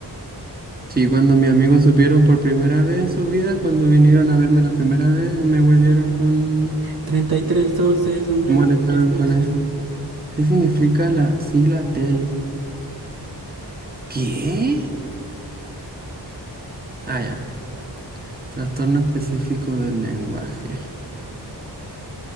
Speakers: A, on the right; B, on the right.
A: Sí, cuando mis amigos supieron por primera vez en su vida, cuando vinieron a verme la primera vez, me huevieron con...
B: Treinta y tres doce, es un treinta
A: Me molestaron
B: y tres doce.
A: con eso. ¿Qué significa la sigla TEL? ¿Qué? Ah, ya. Trastorno específico del lenguaje.